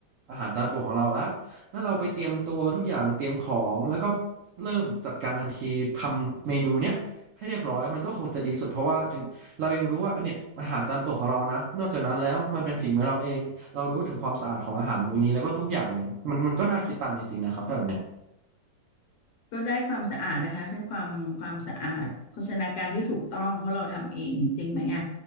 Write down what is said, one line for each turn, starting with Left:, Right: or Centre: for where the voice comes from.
Right: อาหารจานโปรดของเราแล้วแล้วเราไปเตรียมตัวทุกอย่างเตรียมของแล้วก็เริ่มจัดการทันทีทำเมนูเนี้ยให้เรียบร้อยมันก็คงจะดีสุดเพราะว่าถึง เรายังรู้ว่าไอเนี่ยอาหารจานโปรดของเรานะนอกจากนั้นแล้วมันเป็นฝีมือเราเองเรารู้ถึงความสะอาดของอาหารมื้อนี้แล้วก็ทุกอย่างเลยมันมันก็น่าคิดตามจริงๆนะครับถ้าแบบเนี้ย
Left: ก็ได้ความสะอาดนะคะได้ความความสะอาดโภชนาการที่ถูกต้องเพราะเราทำเองจริงไหมอ่ะ